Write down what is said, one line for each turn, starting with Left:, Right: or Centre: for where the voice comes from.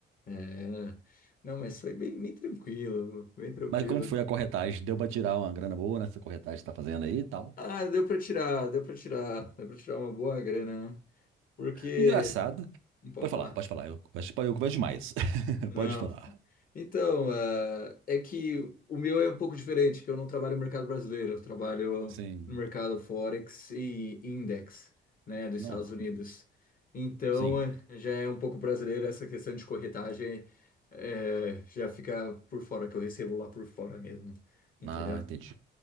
Left: É. Não, mas foi bem, bem tranquilo, bem tranquilo.
Right: Mas como foi a corretagem? Deu pra tirar uma grana boa nessa corretagem que você tá fazendo aí e tal.
Left: Ah, deu pra tirar, deu pra tirar, deu pra tirar uma boa grana, né? Porque.
Right: Engraçado.
Left: Não pode
Right: Pode falar,
Left: falar.
Right: pode falar. Eu, converso- eu converso demais. <laughs>
Left: Ah,
Right: Pode falar.
Left: então, ah, é que o meu é um pouco diferente, que eu não trabalho no mercado brasileiro, eu trabalho
Right: Sim.
Left: no mercado Forex e Index, né, dos
Right: Não.
Left: Estados Unidos. Então,
Right: Sim.
Left: eh, já é um pouco brasileiro essa questão de corretagem, eh, já fica por fora, que eu recebo lá por fora mesmo, entendeu?
Right: Ah, entendi.